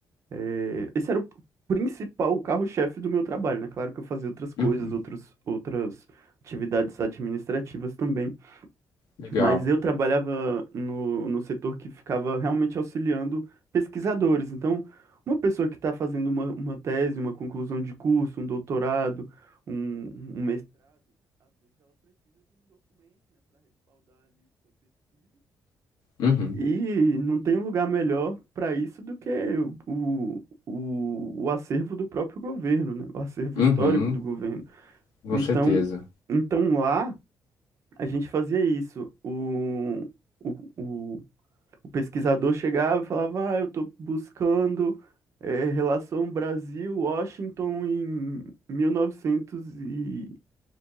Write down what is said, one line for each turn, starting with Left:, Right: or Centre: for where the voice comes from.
Right: É, esse era o principal, o carro-chefe do meu trabalho, né? Claro que eu fazia outras coisas,
Left: Uhum,
Right: outros, outras atividades administrativas também,
Left: legal.
Right: mas eu trabalhava no, no setor que ficava realmente auxiliando pesquisadores. Então, uma pessoa que está fazendo uma, uma tese, uma conclusão de curso, um doutorado, um, um
Left: Uhum,
Right: e não tem um lugar melhor para isso do que o, o, o acervo do próprio governo, né? O acervo
Left: uhum,
Right: histórico do governo.
Left: com
Right: Então,
Left: certeza.
Right: então lá a gente fazia isso. O, o, o, o pesquisador chegava e falava: Ah, eu estou buscando eh, relação Brasil-Washington em 1900 e, novecentos e